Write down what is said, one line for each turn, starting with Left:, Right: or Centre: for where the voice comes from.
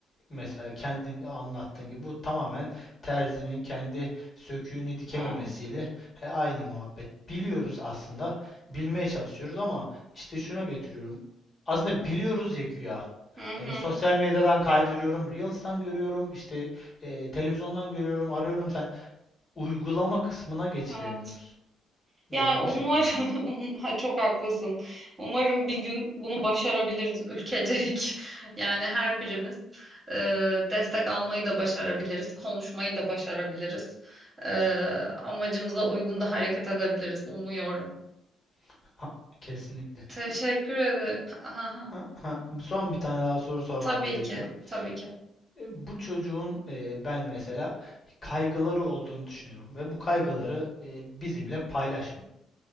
Left: Mesela kendin anlattığın gibi bu tamamen terzinin kendi söküğünü dikememesiyle
Right: Evet.
Left: he, aynı muhabbet. Biliyoruz aslında, bilmeye çalışıyoruz ama işte şuna getiriyorum. Aslında biliyoruz ya güya.
Right: Hı
Left: Hani
Right: hı.
Left: sosyal medyadan kaydırıyorum, Reels'tan görüyorum, işte e, televizyondan görüyorum, arıyorum sen. Uygulama kısmına geçiremiyoruz.
Right: Evet. Yani
Left: De o şekilde.
Right: umarım <laughs> ha, çok haklısın. Umarım bir gün bunu başarabiliriz ülkecelik. <laughs> Yani her birimiz e, destek almayı da başarabiliriz, konuşmayı da başarabiliriz. E, amacımıza uygun da hareket edebiliriz umuyorum.
Left: <laughs> Ha, kesinlikle.
Right: Teşekkür ederim. Aha,
Left: bu <laughs> son bir tane daha soru sormam
Right: tabii
Left: gerekiyor.
Right: ki, tabii ki.
Left: E, Bu çocuğun e, ben mesela kaygıları olduğunu düşünüyorum ve bu kaygıları
Right: Hı hı.
Left: e, bizimle paylaşmıyor